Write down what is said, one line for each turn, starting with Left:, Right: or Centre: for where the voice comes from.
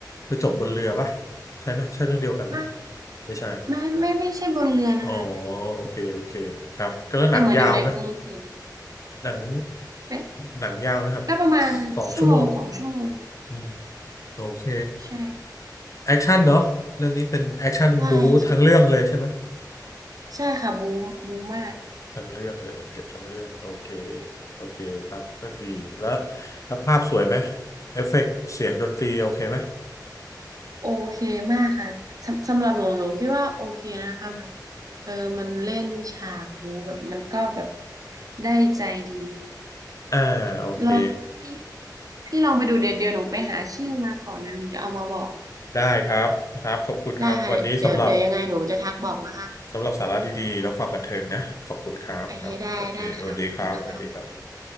Left: ไปจบบนเรือปะใช่ไหมใช่เรื่องเดียวกันไหม
Right: ไม่
Left: ไม่ใช่
Right: ไม่ไม่ไม่ใช่บนเรือนะคะ
Left: อ๋อโอเคโอเคครับก็แล้วหนังยาวไหม
Right: แต่เหมือนอยู่ในกรุงศูนย์
Left: หนัง
Right: เป็น
Left: หนังยาวไหมครับ
Right: ก็ประมาณชั่วโมงสองชั่วโมง
Left: สองชั่วโมงอืมโอเค
Right: ใช่
Left: แอคชั่นเนาะเรื่องนี้เป็นแอคชั่นบู๊ทั้งเรื่องเลยใช่ไหม
Right: ใช่ใช่ใช่ค่ะบูบูมาก
Left: ทั้งเรื่องเลยเก็บทั้งเรื่องโอเคโอเคครับก็ดีแล้วแล้วภาพสวยไหมเอฟเฟกต์เสียงดนตรีโอเคไหม
Right: โอเคมากค่ะสำสำหรับหนูหนูคิดว่าโอเคนะคะแบบเออมันเล่นฉากบูแบบมันก็แบบได้ใจดี
Left: อ่าโอเค
Right: ลองพี่พี่ลองไปดูเดี๋ยวเดี๋ยวหนูไปหาชื่อมาก่อนเดี๋ยวหนูจะเอามาบอก
Left: ได้ครับครับขอบคุณครับวันนี้สำหรับ
Right: ได้ค่ะเดี๋ยวเดี๋ยวยังไงหนูจะทักบอกนะคะ
Left: สำหรับสาระดีๆแล้วความบันเทิงนะขอบคุณครับครับสวัสดีสวัสดีครับสวัสดีครับ
Right: โอเคได้ได้ค่ะขอบคุณค่ะ